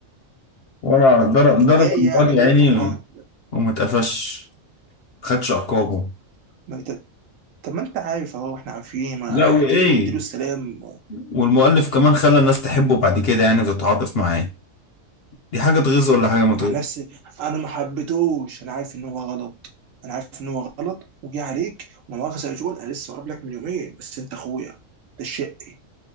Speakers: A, on the left; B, on the right.
A: ولا اعرف ضرب ضرب
B: جاي
A: النار
B: يعني
A: يا
B: وفرحان
A: عيني وما اتقفش ما خدش عقابه
B: ما طب ما انت عارف اهو احنا عارفين ما
A: لا وايه
B: تيجي نديله السلام
A: والمؤلف كمان خلى الناس تحبه بعد كده يعني وتتعاطف معاه دي حاجة تغيظ ولا حاجة ما
B: انا
A: تغيظ
B: عن نفسي انا ما حبيتهوش انا عارف ان هو غلط انا عارف ان هو غلط وجه عليك وما مؤاخذه يا جون انا لسه قابلك من يومين بس انت اخويا ده الشقي